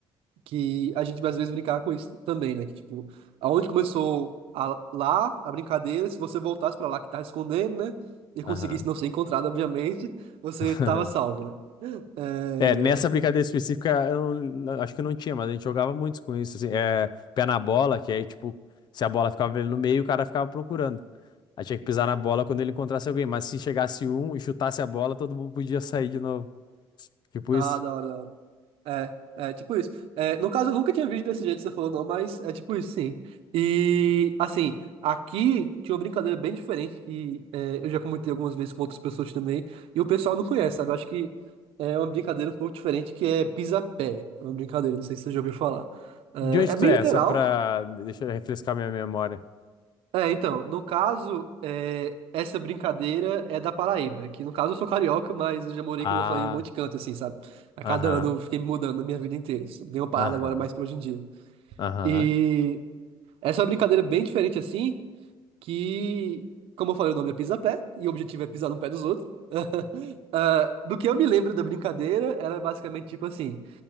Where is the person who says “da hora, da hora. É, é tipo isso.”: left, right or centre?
Right